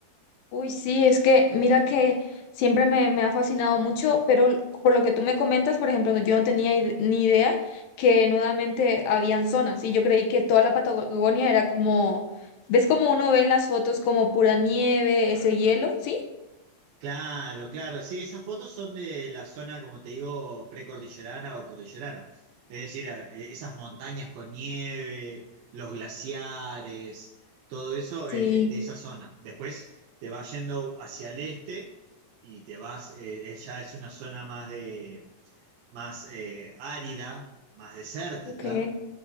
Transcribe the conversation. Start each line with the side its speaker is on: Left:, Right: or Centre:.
Left: Uy, sí, es que mira que siempre me, me ha fascinado mucho, pero l- por lo que tú me comentas, por ejemplo, no- yo no tenía id- ni idea que nuevamente habían zonas y yo creí que toda la Patagonia era como, ¿ves como uno ve en las fotos como pura nieve, ese hielo? ¿Sí?
Right: Claro, claro, sí, esas fotos son de la zona, como te digo, precordillerana o cordillerana. Es decir, a- eh, esas montañas con nieve, los glaciares, todo eso
Left: Sí,
Right: es de, de esa zona. Después te vas yendo hacia el este y te vas, eh, eh, ya es una zona más de, más eh, árida, más desértica,
Left: Ok,